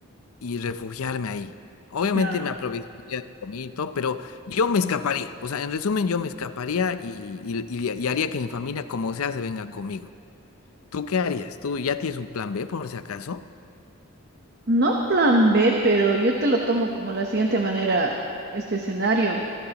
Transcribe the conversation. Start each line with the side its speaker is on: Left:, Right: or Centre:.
Left: y refugiarme ahí. Obviamente
Right: Ya.
Left: me aprovecharía de comida y todo, pero yo me escaparía. O sea, en resumen, yo me escaparía y, y- y- y haría que mi familia, como sea, se venga conmigo. ¿Tú qué harías? ¿Tú ya tienes un plan B por si acaso?
Right: No plan B, pero yo te lo tomo como la siguiente manera, este escenario.